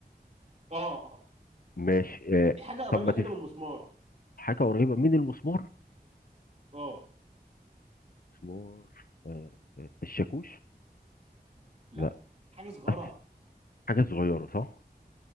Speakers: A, on the right; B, on the left.
A: اه
B: ماشي آه،
A: هي حاجه قريبه
B: طب ما تف
A: كده من المسمار
B: حاجه قريبه من المسمار
A: اه
B: مسمار آه، آه، الشاكوش
A: لا
B: لا
A: حاجه
B: <laughs>
A: صغيره
B: أس... حاجه صغيره صح